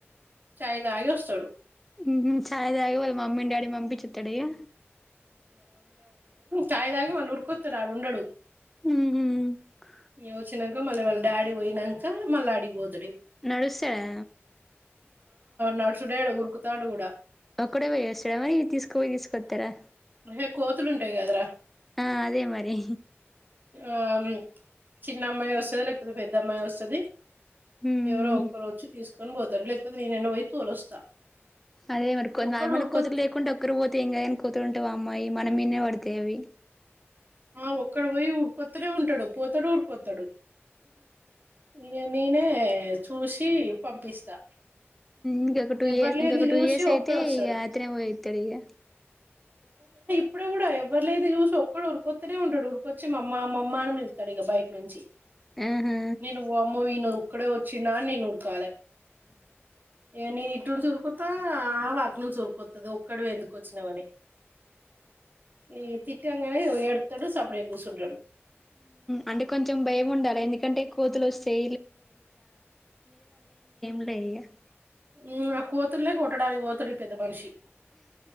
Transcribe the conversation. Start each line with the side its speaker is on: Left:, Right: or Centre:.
Right: చాయ్ తాగి వస్తాడు
Centre: ఉహు చాయదాయి వాళ్ళ మమ్మీ డాడీ మమ్మీ నీ పంపించేత్తాడా ఇగ
Right: చాయి తాగి మళ్ళ ఉరుకొత్తాడు ఆడ ఉండడు
Centre: ఉహు
Right: ఈ యోచ్చినాక మళ్ళీ వాళ్ళ డాడి పోయినాక మళ్ళ అడికి పోతు
Centre: నడుస్తాడా
Right: నడుసేడు ఊరుకుతాడు కూడా
Centre: ఒక్కడే పోయేస్తాడ మరి తీసుకుపోయి తీసుకొస్తారా
Right: <unintelligible> కోతులు ఉంటాయి కదరా
Centre: ఆ అదే మరి
Right: ఆమ్ చిన్న అమ్మాయి వస్తది లేకపోతే పెద్ద అమ్మాయి వస్తది
Centre: మ్మ్
Right: ఎవరో ఒకరు వచ్చి తీసుకు కన్ పోతారు లేకపోతే నేనైనా పోయి తోలొస్తా
Centre: అదే మరి కొన్ని
Right: ఒక్కడు
Centre: నార్మల్
Right: ఉరుకొ
Centre: కోతలు లేకుంటడా ఒక్కరు పోతే ఏంకాదు కాని కోతులుంటే వా అమ్మాయి మన మీన్నే బడతాయి అవి
Right: ఆ ఒక్కడ పోయి ఉరుకొత్తనే ఉం టాడు పోతాడు ఊరికొత్తాడు ఇగ నేనే చూసి పంపిస్తా
Centre: ఇంకొక టూ
Right: ఎవ్వరు
Centre: ఇయర్స్
Right: లేంది
Centre: ఇంకొక టూ
Right: చూసి
Centre: ఇయర్స్ అయితే
Right: ఒక్కడొస్తాడు
Centre: ఇగ అతనే పోయెత్తాడు ఇగ
Right: ఇప్పుడు కూడా ఎవ్వరు లేన్ది చూసి ఒక్కడు ఉరికొత్తనే ఉంటాడు ఉరికొచ్చి మమ్మ మమ్మ అని పిలుత్తాడు ఇక బయట్‌నుంచి
Centre: ఆహా
Right: నేను వామ్మో వీన్‌ నోర్‌ అక్కడే వచ్చిండ్డా నేను ఉరకాలే ఇగ నేను ఇటు నుంచి ఉరుకుతా ఆవ్ అట్నుం చి ఉరుకుత్ ఒక్కడవే ఎందుకొచ్చినావని ఈ తిట్టంగనే ఎడుత్తాడు సపరేట్ కూసుంటడు
Centre: అంటే కొంచెం భయం ఉండాలి ఎందుకంటే కోతులు వొస్తు <inaudible> <unintelligible>
Right: ఇగ ఆ కోతుల్లే కొట్టడానికి పోతుడు ఈ పెద్ద మనిషి